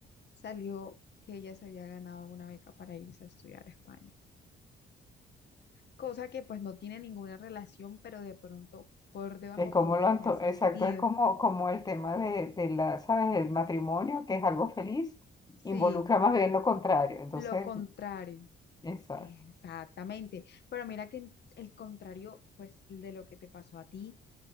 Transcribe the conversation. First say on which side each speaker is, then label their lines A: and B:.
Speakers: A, on the left; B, on the left.
A: salió que ella se había ganado una beca para irse a estudiar a España. Cosa que pues no tiene ninguna relación, pero de pronto por debajo
B: Es como
A: podría
B: lo
A: tener
B: anto-
A: sentido.
B: exacto, es como, como el tema de, de la, ¿sabes? El matrimonio, que es algo feliz,
A: Sí,
B: involucra más bien lo contrario. Entonces,
A: lo contrario.
B: exacto.
A: Exactamente, pero mira que en- el contrario, pues, de lo que te pasó a ti,